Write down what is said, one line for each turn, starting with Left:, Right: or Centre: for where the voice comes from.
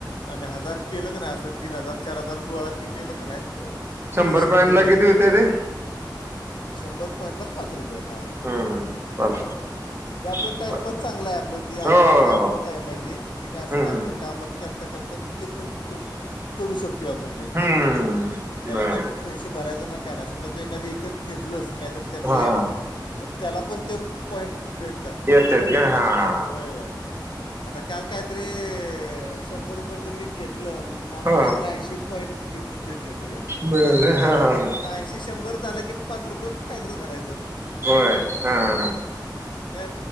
Left: आणि हजार केलं का नाही, असं तीन हजार चार हजार गोळा के केलं का नाही
Right: शंभर
Left: पैसे
Right: कॉईनला
Left: घेता येतात.
Right: किती होते ते?
Left: शंभर पॉइंटला पाच रुपये हां.
Right: हम्म पाच
Left: ते आपलं
Right: रुपये
Left: टाइमपास
Right: बर
Left: चांगलं आहे आपलं ते
Right: हो हो
Left: लाईफ टाईम. माहित ते काय असं
Right: हम्म
Left: ना आपलं काम करता करता ते पण करू शकतो आपण.
Right: हम्म हम्म
Left: त्याला
Right: बर
Left: काही पैसे भरायच नाही काय ना समजा ते एखादी विकत घेत तितलंच काहीतरी त्यातलं
Right: हा
Left: ॲप
Right: हा
Left: मग त्याला पण ते पॉईंट भेटतात.
Right: ते असत्यात का हा हा.
Left: व्हय व्हय व्हय. आता काल काहीतरी शंभर रुपयेचं मी घेतलं मला
Right: हा
Left: काहीतरी ऐंशी पॉईंट भे भे- भेटलं येण्यात.
Right: म हा हा हा.
Left: आता ऐशीे शंभर झालं कि पाच रुपये फायदाच भरायचा.
Right: होय हा हा
Left: काय